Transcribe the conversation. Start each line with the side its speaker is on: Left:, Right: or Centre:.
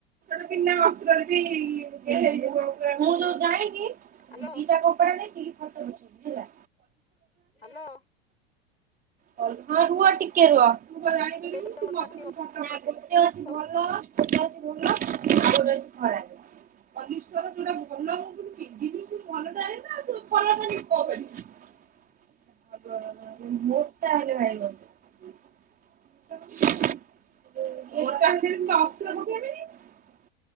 Right: ସେ ବିନା ବିନା ଅସ୍ତ୍ରରରେ ବି ମୁଁ ଯୋଉ ଯାଇ ନେଇକି
Left: ହାଲୋ
Right: ଦିଟା କପଡା ନେଇି ହେଲା।
Left: ହ୍ୟାଲୋ।
Right: ହଁ ରୁହ ଟିକେ ରୁହ। ତୁ ତ ଜାଣି ପାରିବୁନି
Left: ଦେଇ ଦଉନୁ
Right: ତୁ
Left: ଗୋଟେ
Right: ମତେ
Left: କାହାକୁ କିଏ
Right: ପୁଣି ଫୋଟୋ ପଠେଇବୁ ଆଗକୁ ଅଛି
Left: କରିଥାଉ
Right: ଭଲ। କତେ ଅଛି ଦଉନ। ଆଉ ଗୋଟେ ଅଛି ଧଳା। ପଲିଷ୍ଠର ଯୋଉରା ଭଲ ହବୁ
Left: <inaudible>
Right: <unintelligible> <unintelligible> ମୋଟା ହେଲେ ମୁଁ ତ ଅସ୍ତ୍ର ପକେଇବିନି।
Left: <unintelligible>